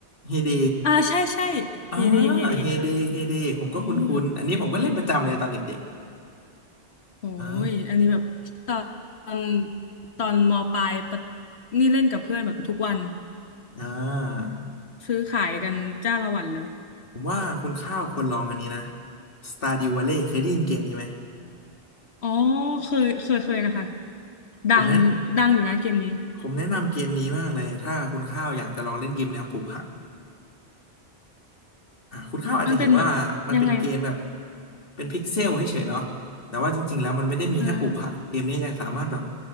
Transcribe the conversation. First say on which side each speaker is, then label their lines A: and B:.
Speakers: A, on the left; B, on the left.
A: เฮเด
B: อ่าใช่ใช่เฮเดเฮเดค่ะ
A: อ่าเฮเดเฮเดผมก็คุ้นๆอันนี้ผมก็เล่นประจำเลยตอนเด็ก
B: อืม
A: ๆอ่า
B: โอ้ยอันนี้แบบตอนตอนตอนมปลายปะนี่เล่นกับเพื่อนแบบทุกวัน
A: อ่า
B: ซื้อขายกันจ้าละวันเลย
A: ผมว่าคุณข้าวควรลองอันนี้นะ Stardew Valley เคยได้ยินเกมนี้ไหม
B: อ๋อเคยเคยเคยนะคะดังดังอยู่นะเกมนี้
A: ผมแนะผมแนะนำเกมนี้มากเลยถ้าคุณข้าวอยากจะลองเล่นเกมแนวปลูกผัก อ่าคุณข้าวอาจจะเห็นว่ามันเป็นเกมแบบ
B: มันเป็นแบบยังไง
A: เป็นพิกเซลเฉยๆเนาะแต่ว่าจริงๆแล้วมันไม่ได้มีแค่ปลูกผักเกมนี้ยังสามารถแบบ
B: อ่า